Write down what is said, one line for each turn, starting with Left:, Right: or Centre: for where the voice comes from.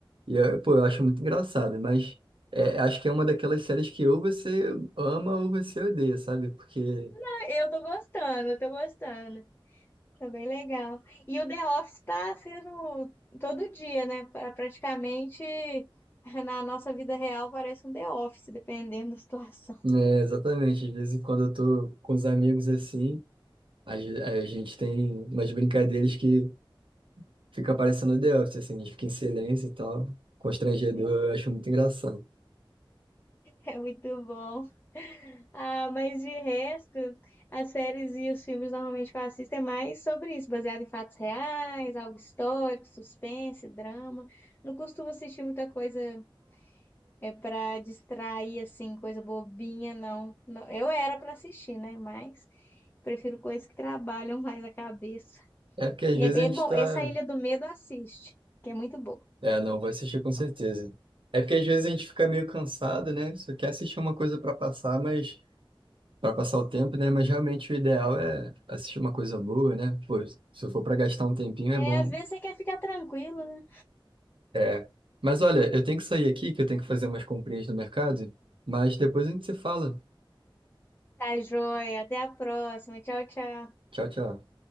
Right: e eu, pô, eu acho muito engraçado, mas é, acho que é uma daquelas séries que ou você ama ou você odeia, sabe? Porque,
Left: <laughs> eu tô gostando, eu tô gostando. Tá bem legal. E o The Office tá sendo todo dia, né? Pra- Praticamente <laughs> na nossa vida real parece um The Office, dependendo da situação.
Right: né, exatamente, às vezes quando eu tô com os amigos assim, a, ge- a gente tem umas brincadeiras que fica parecendo The Office, assim, a gente fica em silêncio e tal. Constrangedor,
Left: <laughs>
Right: eu acho muito engraçado.
Left: É muito bom. Ah, mas de resto, as séries e os filmes normalmente que eu assisto é mais sobre isso, baseado em fatos reais, algo histórico, suspense, drama. Não costumo assistir muita coisa é para distrair assim, coisa bobinha, não. Não, eu era para assistir, né? Mas prefiro coisas que trabalham <laughs> mais a cabeça.
Right: É porque às
Left: E
Right: vezes
Left: é,
Right: a gente
Left: é bom,
Right: tá.
Left: essa Ilha do Medo assiste, que é muito boa.
Right: É, não, vou assistir com certeza. É porque às vezes a gente fica meio cansado, né? Só quer assistir uma coisa pra passar, mas. Pra passar o tempo, né? Mas realmente o ideal é assistir uma coisa boa, né? Pô, se for pra gastar um tempinho,
Left: É,
Right: é bom.
Left: às vezes você quer ficar tranquilo, né?
Right: É. Mas olha, eu tenho que sair aqui, que eu tenho que fazer umas comprinhas no mercado, mas depois a gente se fala.
Left: Tá joia, até a próxima. Tchau, tchau.
Right: Tchau, tchau.